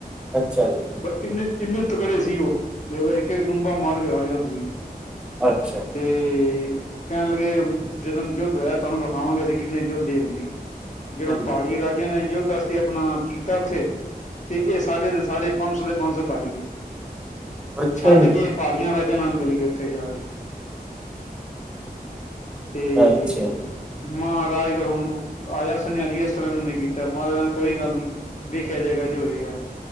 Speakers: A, in the centre; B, on the left.
A: ਅੱਛਾ ਜੀ।
B: ਇੰਨੇ -ਇੰਨੇ ਤਕੜੇ ਸੀ ਉਹ, ਮੇ ਕਿਹਾ, ਇੱਕ ਇੱਕ ਡੂੰਬਾ ਮਾਰ ਕੇ ਖਾ ਜਾਂਦੇ ਸੀ।
A: ਅੱਛਾ
B: ਤੇ ਓ। ਕਹਿਣ ਲੱਗੇ, ਜਦਣ ਯੁੱਧ ਹੋਇਆ, ਤੁਹਾਨੂੰ ਵਿਖਾਵਾਂਗੇ, ਅਸੀਂ ਕਿੰਨੇ ਯੁੱਧ ਦੇ ਹੈਗੇ ਹ। ਜੀਵੇ
A: ਹਾਂਜੀ
B: ਪਹਾੜੀ ਰਾਜਿਆਂ ਨੇ, ਯੁੱਧਾ। ਤੇ ਆਪਣਾ ਕੀਤਾ ਉੱਥੇ, ਤੇ ਇਹ ਸਾਰੇ ਦੇ ਸਾਰੇ ਪੰਜ ਸੌ ਦੇ ਪੰਜ ਸੌ ਭਜ ਗਏ।
A: ਅੱਛਾ
B: ਛੱਡ
A: ਜੀ
B: ਕੇ ਪਹਾੜੀਆਂ ਰਾਜਿਆਂ ਨਾਲ ਮਿਲ ਗੇ, ਉੱਥੇ ਜਾ ਕੇ। ਤੇ
A: ਅੱਛਾ
B: ਐ। ਮਹਾਰਾਜ ਦੇ ਹੁਣ ਆਇਆ ਸਨੇਹਾਂ, ਅੱਜ ਇਸ ਤਰ੍ਹਾਂ ਇਹਨਾਂ ਨੇ ਕੀਤਾ, ਮਹਾਰਾਜ ਕਹਿੰਦੇ, ਕੋਈ ਗੱਲ ਨੀ। ਵੇਖਿਆ ਜਾਏਗਾ ਜੇ ਹੋਏਗਾ,